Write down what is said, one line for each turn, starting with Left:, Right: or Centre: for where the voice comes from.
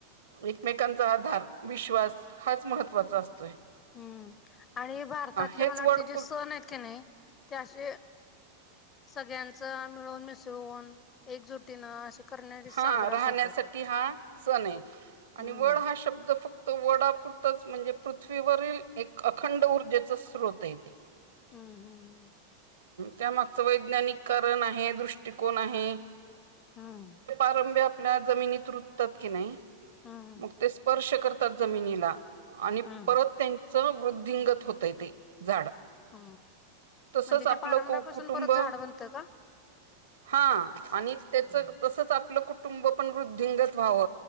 Right: एकमेकांचा आधार विश्वास हाच महत्त्वाचा असतो.
Left: हम्म आणि भारतातले
Right: हेच
Left: मला
Right: वर्ड
Left: वाटते जे सण आहेत की नाही. ते आशे सगळ्यांच मिळून मिसळून एकजुटीनं असे करणारी साजराच
Right: हा राहण्यासाठी
Left: होतातच
Right: हा सण आहे आणि
Left: हम्म
Right: वड हा शब्द फक्त वडापुर च म्हणजे पृथ्वीवरील एक अखंड ऊर्जेचा स्रोत येते.
Left: हम्म, हम्म, हम्म.
Right: त्यामागचं वैज्ञानिक कारण आहे दृष्टिकोन आहे.
Left: हम्म.
Right: पारभय आपल्या जमिनीत रुतात की नाही
Left: हम्म हम्म
Right: मग ते स्पर्श करतात जमिनीला आणि
Left: हम्म
Right: परत त्यांच वृद्धिंगत होतय ते झाड
Left: ह
Right: तसच
Left: म्हणजे
Right: आपलं
Left: त्या पारंब्यापासून
Right: कु कुटुंब
Left: परत झाड बनतं का?
Right: हा आणि त्याच
Left: हम्म.
Right: तसच आपलं कुटुंब पण वृद्धिंगत व्हाव.